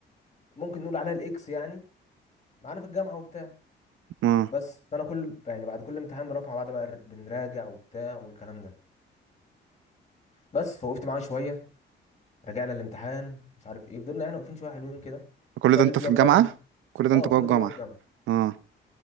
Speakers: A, on the left (about 35°); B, on the right (about 80°).
A: ممكن نقول عليها الاكس يعني معانا في الجامعه وبتاع
B: اه
A: بس فانا كل يعني بعد كل امتحان بنقف مع بعض بقى بنراجع وبتاع والكلام ده بس فوقفت معاه شويه رجعنا الامتحان مش عارف ايه فضلنا يعني واقفين شويه حلوين كده
B: كل
A: كده
B: ده
A: قابلت
B: انت في
A: الواد
B: الجامعة
A: مازن
B: كل ده
A: اه
B: انت جوه
A: كل
B: الجامعة
A: ده جوه الجامعه
B: اه